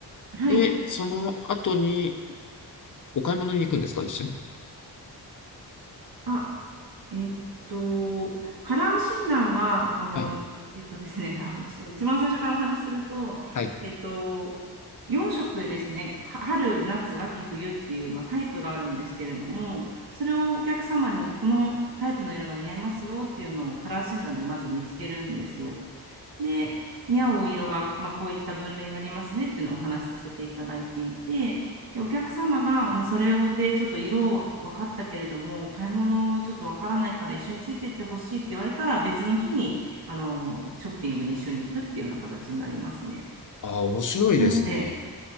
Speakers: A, on the right; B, on the left.
A: はい。
B: で、その後にお買い物に行くんですか一緒に。
A: あ、えっと、カラー診断は、あの、
B: はい。
A: えっとですね、<laughs> あの、ちょっと一番最初からお話しすると、
B: はい。
A: えっと、4色ですね、は春、夏、秋、冬っていう、まあ、タイプがあるんですけれども、それをお客様にこのタイプの色が似合いますよっていうのをカラー診断でまず見つけるんですよ。で、に合お色が、まあ、こういった分類になりますねっていうのをお話しさせていただいていて、でお客様が、まあ、それをでちょっと色分かったけれども、買い物ちょっと分からないから一緒についてってほしいって言われたら、別の日にあのショッピングに一緒に行くっていうような形になりますね。
B: ああ、面白いですね。
A: なので、